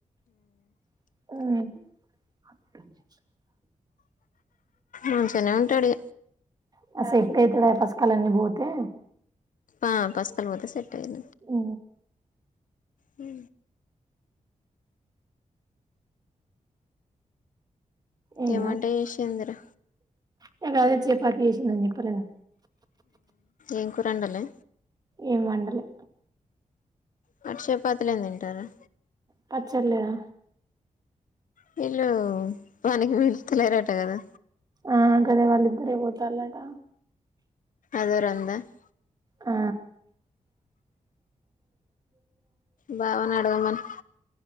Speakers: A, on the right; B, on the left.
A: ఆ
B: నుంచనే ఉంటాడు
A: <unintelligible> పసకలన్నీ పోతే
B: ఆ పస్కల్ పోతే సెట్ <unintelligible>
A: ఉ
B: ఉ
A: ఏం
B: ఏమంటా చేసిందిరూ
A: మేము అదే చపాతీ చేేసింధనిచప్పలే
B: ఎం కూర వండలే
A: ఏం అండాలే
B: మరి చపాతిలే తింటారా
A: మా చెల్లెనా
B: వీళ్ళు పనికి పిలుస్తలేరట కదా
A: ఆ గదే వాళ్ళద్దరే పోతలట
B: అదేరందా <inaudible>
A: ఆ
B: బావనాడగా మను